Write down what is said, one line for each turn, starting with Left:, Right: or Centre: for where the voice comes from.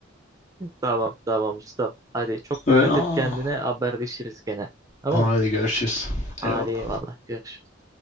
Right: Tamam tamam ustam. Hadi çok
Left: <laughs>
Right: dikkat et kendine. Haberleşiriz gene. Tamam.
Left: Hadi görüşürüz.
Right: Hadi
Left: Eyvallah.
Right: eyvallah. Görüşürüz.